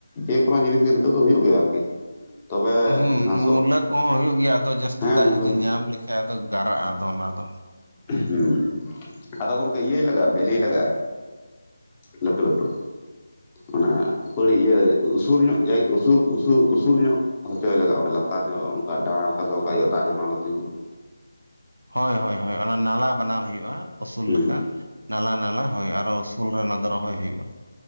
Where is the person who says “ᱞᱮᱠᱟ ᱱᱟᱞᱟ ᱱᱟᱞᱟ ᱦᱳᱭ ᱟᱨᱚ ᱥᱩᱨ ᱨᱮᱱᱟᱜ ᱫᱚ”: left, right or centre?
Right